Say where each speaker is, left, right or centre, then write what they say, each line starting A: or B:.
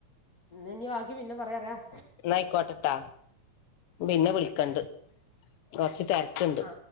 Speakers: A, on the left; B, on the left.
A: ഇനി ബാക്കി പിന്നെ പറയാറിയാം
B: ന്നായിക്കോട്ടട്ടാ പിന്നെവിളിക്കണ്ട് കൊറച്ച്തെരക്കിണ്ട്
A: ആ